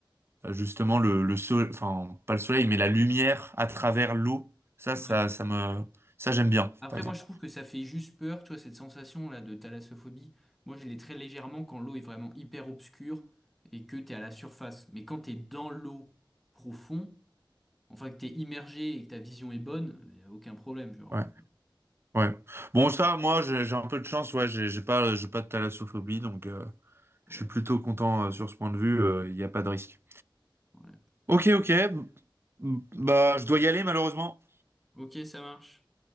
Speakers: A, on the right (about 30°); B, in the centre.
A: euh, justement le, le soleil, enfin pas le soleil, mais la lumière à travers l'eau. Ça,
B: Ouais.
A: ça, ça me, ça j'aime bien,
B: Après,
A: par exemple.
B: moi, je trouve que ça fait juste peur, tu vois, cette sensation-là de thalassophobie. Moi, je l'ai très légèrement quand l'eau est vraiment hyper obscure et que t'es à la surface. Mais quand t'es dans l'eau profond, enfin, que t'es immergé et que ta vision est bonne, y a aucun problème, genre.
A: Ouais. Ouais. Bon, ça, moi, j'ai j'ai un peu de chance. Ouais, j'ai j'ai pas, j'ai pas de thalassophobie, donc euh,
B: Ouais.
A: je suis plutôt content euh, sur ce point de vue. euh, Il n'y a pas de risque.
B: Ouais.
A: Ok, ok. b- Bah, je dois y aller malheureusement.
B: Ok, ça marche.